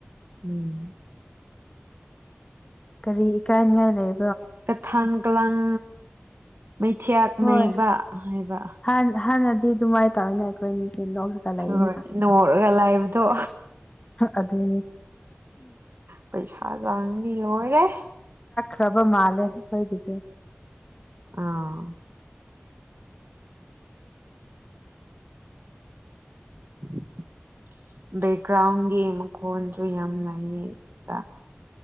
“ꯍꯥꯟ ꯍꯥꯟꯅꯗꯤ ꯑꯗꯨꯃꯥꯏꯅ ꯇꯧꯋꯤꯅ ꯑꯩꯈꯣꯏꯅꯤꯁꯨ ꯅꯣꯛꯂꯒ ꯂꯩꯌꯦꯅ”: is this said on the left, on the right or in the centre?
Left